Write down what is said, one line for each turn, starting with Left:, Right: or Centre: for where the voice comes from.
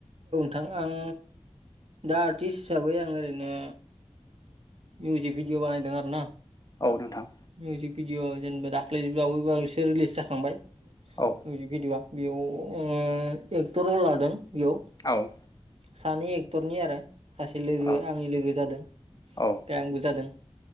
Right: थां आं दा आर्टिस्ट हिसाबै आं ओरैनो मिउजिक भिडिअ' बानायदों आरो ना।
Left: औ नोंथां।
Right: मिउजिक भिडिअ' जेनेबा दाख्लै बावै-बावैसो रिलिस जाखांबाय
Left: औ
Right: मिउजिक भिडिअ'आ। बेयाव उम एक्टर लादों बेयाव
Left: औ
Right: सानै एक्टरनि आरो सासे लोगो
Left: औ
Right: आंनि लोगो जादों ओमफ्राय
Left: औ
Right: आंबो जादों